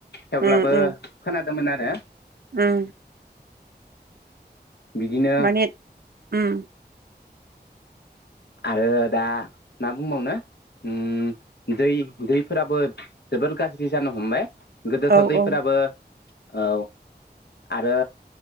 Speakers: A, on the left; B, on the right.
A: थेवब्लाबो
B: उम उम
A: खोनादोंमोन आरो।
B: <unintelligible>
A: बिदिनो
B: माने ओम
A: आरो दा ना बुंबावनो ओम दै- दैफोराबो जोबोर गाज्रि जानो हमबाय। गोदोथ'
B: औ
A: दैफोराबो
B: औ
A: औ आरो